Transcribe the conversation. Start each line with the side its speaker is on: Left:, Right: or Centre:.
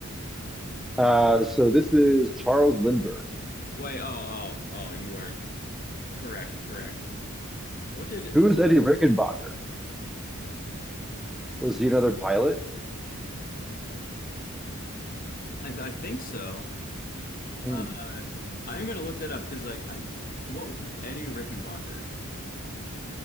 Centre: Uh, so this is Charles Lindbergh.
Left: Wait, oh, oh, oh, you are correct, correct. What did
Centre: Who is Eddie Rickenbacker? Was he another pilot?
Left: I, I think so?
Centre: Hmm.
Left: Uh, I'm gonna look that up because like I, what, what Eddie Rickenbacker?